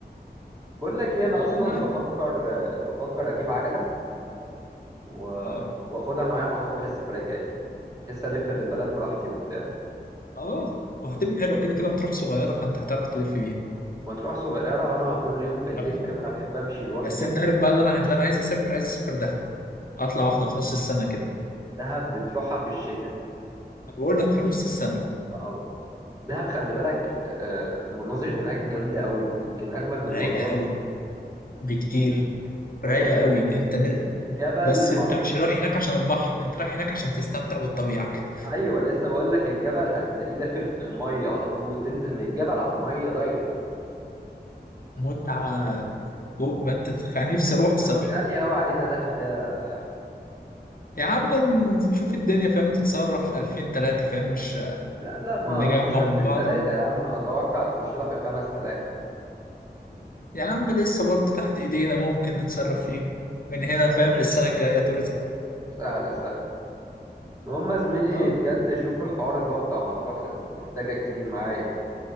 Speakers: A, on the right; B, on the left.
A: بقول لك ايه انا
B: اه
A: اصلا
B: لا
A: بفكر بفكر اجيب عجله و...
B: اه
A: واخدها معايا مطروح السفريه الجايه بحيث الف في البلد براحتي وبتاع
B: اه وهتبقى حلوه كده كده مطروح صغيره فانت هتعرف تلف بيها
A: مطروح صغيره وانا كل يوم بالليل
B: اه
A: فاهم انا بحب امشي لوحدي
B: بس انت
A: وكده
B: عارف بقى اللي انا اللي انا عايز اسافر عايز اسافر دهب اطلع واحده في نص السنه كده
A: دهب بتروحها في الشتاء
B: انا بقول لك في نص السنه
A: اه دهب خلي بالك آه، آه، مناظر هناك جامده قوي يمكن اجمد من
B: رايقه
A: مطروح
B: قوي بكتير
A: يا
B: رايقه
A: باشا انت
B: قوي انت نل...
A: الجبل
B: بس
A: ما
B: انت مش رايح هناك عشان البحر انت رايح هناك عشان تستمتع بالطبيعه كده
A: ايوه لسه بقول لك الجبل هتلاقيه داخل في الميه على طول تنزل من الجبل على الميه دايركت
B: متعه فوق ما انت تتخ- أنا نفسي اروح الصراحه
A: بس غاليه قوي علينا دهب ده يا احمد
B: يا عم نشوف الدنيا فاهم تتصرف 2000 3 فاهم مش
A: لا لا ما
B: نجمع
A: مش 2000
B: من بعض
A: 3 يا عم اتوقع تخش لها في 5000
B: يا عم لسه برضه تحت ايدينا ممكن نتصرف فيهم من هنا فاهم للسنة الجاية ترزق
A: سهله سهله المهم يا زميلي
B: اه
A: بجد شوف الحوار اللي هو بتاع مطروح ده أنا محتاجك تيجي معايا